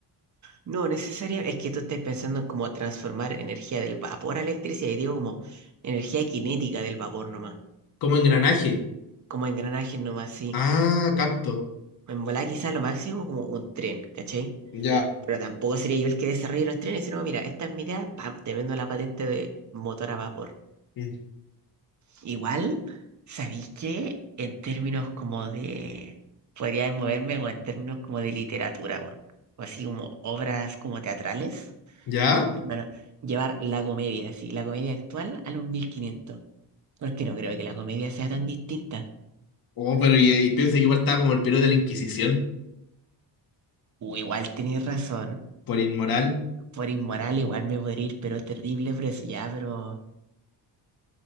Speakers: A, on the right (about 40°); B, on the left (about 55°).
A: No, necesario, es que tú estás pensando en cómo transformar energía del vapor a electricidad, y digo como energía cinética del vapor nomás,
B: como engranaje.
A: como engranajes nomás, sí.
B: Ah, capto.
A: En volada quizás lo máximo como un tren, ¿cachai?
B: Ya.
A: Pero tampoco sería yo el que desarrolle los trenes, sino, mira, esta es mi idea, pam, te vendo la patente de motor a vapor.
B: Mm.
A: Igual, ¿sabéis que en términos como de... podría moverme o en términos como de literatura, weón, o así como obras como teatrales,
B: ¿Ya?
A: hermano, llevar la comedia, así, la comedia actual a los mil quinientos. porque no creo que la comedia sea tan distinta.
B: Oh, pero y, y piensa que igual estaba como el periodo de la Inquisición,
A: O igual tenéis razón,
B: por inmoral.
A: por inmoral igual me podría ir, pero terrible por eso, ya, pero...